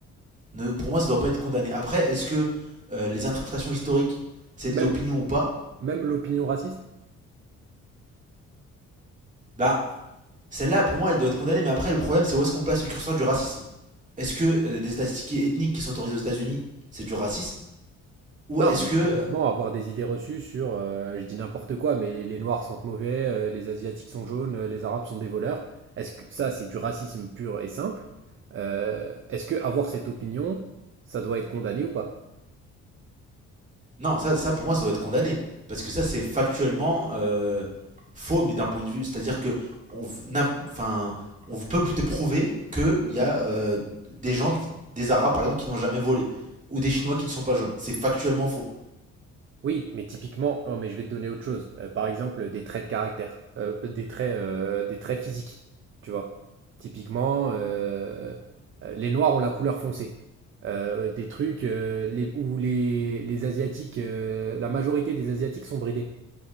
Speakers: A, on the right; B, on the right.
A: ne- pour moi ça doit pas être condamné. Après est-ce que euh, les interprétations historiques c'est de
B: Même,
A: l'opinion ou pas
B: même l'opinion raciste.
A: Ben celle-là pour moi elle doit être condamnée. Mais après le problème c'est où est-ce qu'on place le curseur du racisme Est-ce que euh, des statistiques ethniques qui sont autorisées aux États-Unis c'est du racisme ou
B: Non,
A: est-ce
B: mais
A: que euh,
B: typiquement, avoir des idées reçues sur, heu, je dis n'importe quoi, mais les noirs sentent mauvais, heu, les asiatiques sont jaunes, heu, les arabes sont des voleurs. Est-ce que ça, c'est du racisme pur et simple? Heu, est-ce que avoir cette opinion, ça doit être condamné ou pas?
A: Non, ça, ça pour moi, ça doit être condamné. Parce que ça, c'est factuellement euh, faux, mais d'un point de vue. C'est-à-dire que on, v- n'a- enfin, on peut te prouver qu'il y a euh, des gens, qui- des Arabes par exemple, qui n'ont jamais volé. Ou des Chinois qui ne sont pas jaunes. C'est factuellement faux.
B: Oui, mais typiquement, non, mais je vais te donner autre chose. Euh, par exemple, des traits de caractère, Euh, des traits, euh, des traits physiques, tu vois. Typiquement, euh, euh, les Noirs ont la couleur foncée. Euh, des trucs euh, les, où les, les Asiatiques, euh, la majorité des Asiatiques sont bridés.